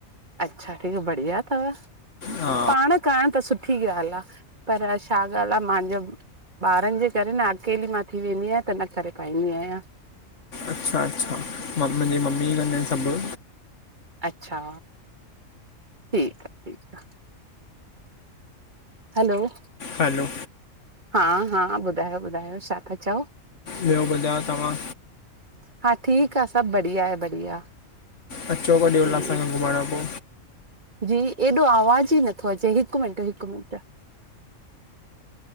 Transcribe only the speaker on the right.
अच्छा, ठीक बढ़िया तव
पांण करणु त सुठी ॻाल्हि आ पर छा ॻाल्हि आ मांजो ॿारनि जे करे न अकेली मां थी वेंदी आहियां त न करे पाईंदी आहियां।
अच्छा ठीक आ ठीक आ हलो
हा हा ॿुधायो ॿुधायो छा था चओ?
हा ठीक आ, सभ बढ़िया ए बढ़िया।
ठीकु
जी एॾो आवाज़ ई नथो अचे हिकु मिंट हिकु मिंट